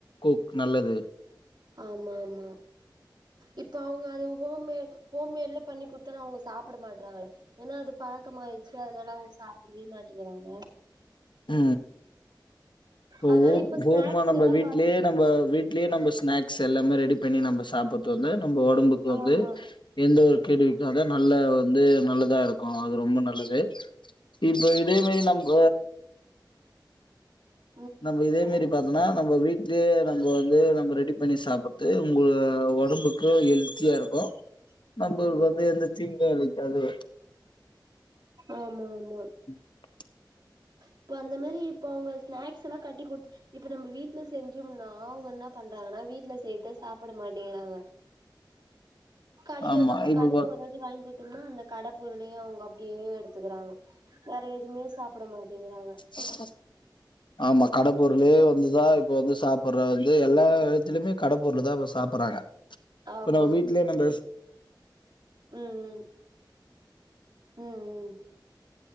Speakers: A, on the left (about 80°); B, on the right (about 65°).
A: கோக் நல்லது
B: ஆமா ஆமா இப்ப அவுங்க அது ஹோம்மேட் ஹோம்மேட்ல பண்ணி குடுத்தால் அவுங்க சாப்ட மாட்றாங்க ஏனா அது பழக்கமாயிடுச்சு அதனால அவுங்க சாப்டவே மாட்டேங்கிறாங்க
A: அ ஓ
B: அதனால இப்ப
A: போமா
B: ஸ்நாக்ஸ்
A: நம்
B: எல்லா
A: வீட்லயே
B: பாத்து
A: நம்ப வீட்லயே நம்ப ஸ்நாக்ஸ் எல்லாமே ரெடி பண்ணி நம்ப சாப்படுறது வந்து நம்ப உடம்புக்கு வந்து
B: ஆமா
A: எந்த ஒரு கேடுவிக்காத நல்ல வந்து நல்லதா இருக்கும் அது ரொம்ப நல்லது இப்ப இதே மாரி நம்ப
B: வ
A: நம்ப இதே மாரி பாத்தோனா நம்ம வீட்லயே நம்ப வந்து நம்ம ரெடி பண்ணி சாப்ட்து உங்க உடம்புக்கு த்து ஹெல்தியாருக்கும்
B: <inaudible>
A: நம்மளுக்கு
B: ஆமா
A: வந்து எந்த தீங்கு வக்காது
B: ஆமா ஆமா
A: <inaudible>
B: இப்ப அந்த மாரி இப்ப அவுங்க ஸ்நாக்ஸ்ல்லா கட்டி கொடுத் இப்ப நம்ம வீட்ல செஞ்சோம்னா அவங்க என்ன பண்றாங்கன்னா வீட்ல செய்றத சாப்பிட மாட்டிக்கிறாங்க கடைல
A: ஆமா
B: நம்ம
A: இப்ப
B: கடைல
A: பா
B: ஒரு வாட்டி வாங்கி குடுத்தம்ன்னா அந்த கட பொருளே அவங்க அப்டியே எடுத்துக்கறாங்க வேற எதுமே சாப்பிட மாட்டேங்கிறாங்க
A: பிளாங்க் ஆமா கட பொருளே வந்து தா இப்ப வந்து சாப்பிடுறது வந்து எல்லா எடத்துலயும் கட பொருள் தா சாப்படுறாங்க
B: ஆமா
A: இப்ப நம்ம வீட்லயே நம்ம
B: ம் ம் ம் ம்